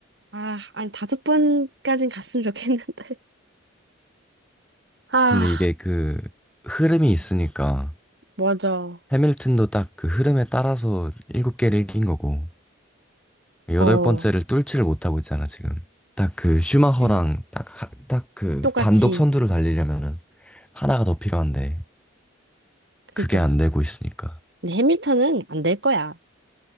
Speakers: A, on the right (about 60°); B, in the centre.
A: 아, 아니 다섯 번까진 갔으면 좋겠는데. 아,
B: 근데 이게 그 흐름이 있으니까
A: 맞아.
B: 해밀턴도 딱 그 흐름에 따라서 일곱 개를 이긴 거고 여덟
A: 어.
B: 번째를 뚫지를 못하고 있잖아 지금 딱 그 슈마허랑
A: <clears throat>
B: 딱 딱 그
A: 똑같이.
B: 단독 선두를 달리려면은 하나가 더 필요한데
A: 그러니까.
B: 그게 안 되고 있으니까
A: 근데 해밀턴은 안 될 거야.